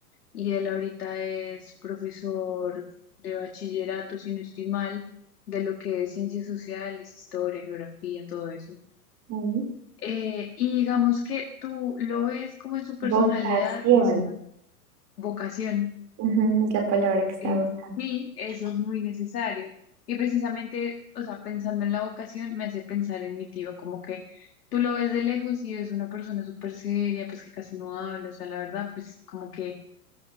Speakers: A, on the left; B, on the right.
A: y él ahorita es profesor de bachillerato, si no estoy mal, de lo que es ciencias sociales, historia, geografía, todo eso.
B: mm,
A: Eh, y digamos que tú lo ves como en su personalidad
B: vocación.
A: y es una vocación.
B: Ujú, es la palabra que estaba
A: Eh,
B: buscando.
A: sí, eso es muy necesario. Y precisamente, o sea, pensando en la vocación, me hace pensar en mi tío, como que tú lo ves de lejos y ves una persona súper seria, pues que casi no habla, o sea, la verdad, pues como que